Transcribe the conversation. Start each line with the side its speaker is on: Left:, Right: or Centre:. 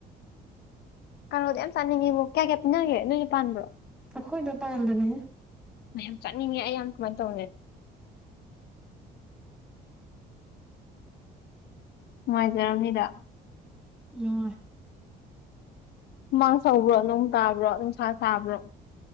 Left: ꯀꯩꯅꯣꯗ ꯌꯥꯝ ꯆꯥꯅꯤꯡꯉꯤꯕ ꯀꯌꯥ ꯀꯌꯥ ꯄꯤꯅꯒꯦ ꯅꯣꯏꯅ ꯄꯥꯟꯕ꯭ꯔꯣ
Centre: ꯍꯈꯣꯏꯗ ꯄꯥꯟꯕꯝꯕꯅꯦ
Left: ꯃꯌꯥꯝ ꯆꯠꯅꯤꯡꯉꯦ ꯑꯩꯌꯥꯝ ꯀꯃꯥꯏꯅ ꯇꯧꯅꯤ ꯅꯨꯡꯉꯥꯏꯖꯔꯝꯅꯤꯗ
Centre: ꯅ
Left: ꯃꯥꯡ ꯁꯧꯕ꯭ꯔꯣ ꯅꯣꯡ ꯇꯥꯕ꯭ꯔꯣ ꯅꯨꯡꯁꯥ ꯁꯥꯥꯕ꯭ꯔꯣ